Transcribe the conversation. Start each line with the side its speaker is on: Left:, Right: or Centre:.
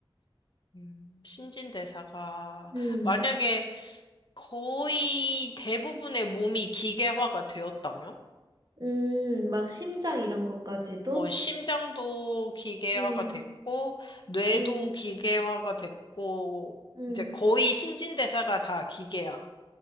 Left: 음. 신진대사가
Right: 음,
Left: 만약에 거의 대부분의 몸이 기계화가 되었다면?
Right: 음, 막 심장 이런 것까지도?
Left: 어, 심장도 기계화가
Right: 음.
Left: 됐고, 뇌도
Right: 음,
Left: 기계화가 됐고,
Right: 음.
Left: 이제 거의 신진대사가 다 기계야.